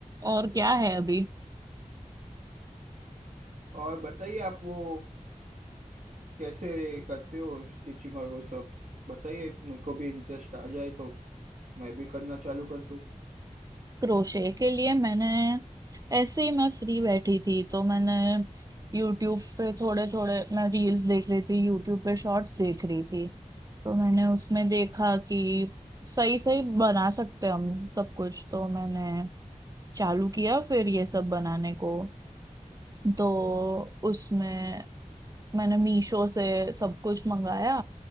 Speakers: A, on the right (about 30°); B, on the right (about 75°).
A: और क्या है अभी
B: और बताइए आप वो कैसे करते हो स्टिचिंग और वो सब बताइए मेरे को भी इंटरेस्ट आ जाए तो मैं भी करना चालू कर दूं
A: क्रोशे के लिए मैंने ऐसे ही मैं फ्री बैठी थी तो मैंने यूट्यूब पे थोड़े थोड़े मैं रील्स देख रही थी यूट्यूब पे शॉर्ट्स देख रही थी तो मैंने उसमें देखा कि सही सही बना सकते हैं हम सब कुछ तो मैंने चालू किया फिर ये सब बनाने को तो उसमें मैंने मीशो से सब कुछ मंगाया